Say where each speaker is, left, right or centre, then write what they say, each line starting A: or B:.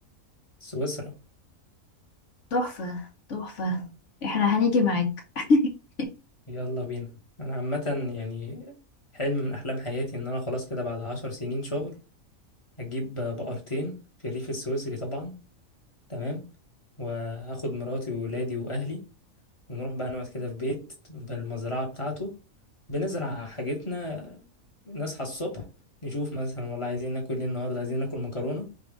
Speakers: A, on the left (about 25°); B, on the left (about 60°).
A: سويسرا
B: تحفة تحفة احنا هنيجي معاك <laughs>
A: يلا بينا أنا عامة يعني حلم من أحلام حياتي إن أنا خلاص كده بعد عشر سنين شغل أجيب بقرتين في الريف السويسري طبعا تمام وهاخد مراتي وولادي وأهلي بنروح بقى نقعد كده في بيت بالمزرعة بتاعته بنزرع حاجتنا نصحى الصبح نشوف مثلا والله عايزين ناكل ايه النهاردة عايزين ناكل مكرونة